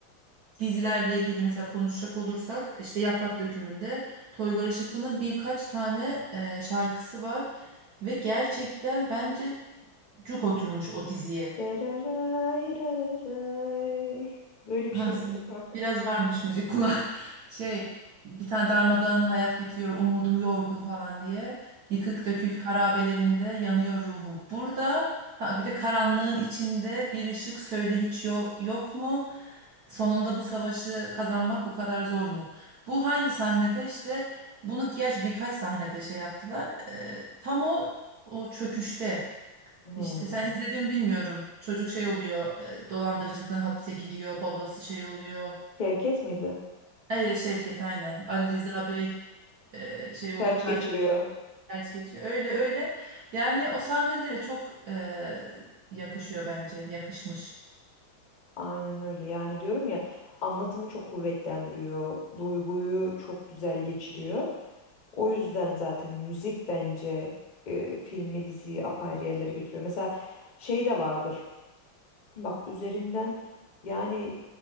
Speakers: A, on the right; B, on the left.
A: dizilerle ilgili mesela konuşacak olursak işte Yaprak Dökümü'nde Toygar Işıklı'nın birkaç tane e, şarkısı var ve gerçekten bence cuk oturmuş o diziye.
B: Dararay, rararay. Böyle bir
A: Ha,
B: şey
A: senin
B: var değil mi?
A: biraz varmış müzik kulağı. <laughs> Şey bir tane darmadağın hayat bitiyor umudum yorgun falan diye. Yıkık dökük harabelerinde yanıyor ruhum. Burada ha, bir de karanlığın içinde bir ışık söyle hiç yo- yok mu? Sonunda bu savaşı kazanmak bu kadar zor mu? Bu hangi sahnede işte bunu geç birkaç sahnede şey yaptılar. Ee, tam o o çöküşte.
B: Hmm.
A: İşte sen izledin mi bilmiyorum. Çocuk şey oluyor, e, dolandırıcılıktan hapse giriyor, babası şey oluyor.
B: Şevket miydi?
A: Ay e, Şevket aynen. Ali Rıza Bey e, şey oluyor,
B: Felç
A: kalp
B: geçiriyor.
A: felç geçiyor. Öyle öyle. Yani o sahnelere çok e, yakışıyor bence. Yakışmış.
B: Aynen öyle. Yani diyorum ya anlatımı çok kuvvetlendiriyor. Duyguyu çok güzel geçiriyor. O yüzden zaten müzik bence e, filmi diziyi apayrı yerlere götürüyor. Mesela şey de vardır. Bak üzerinden yani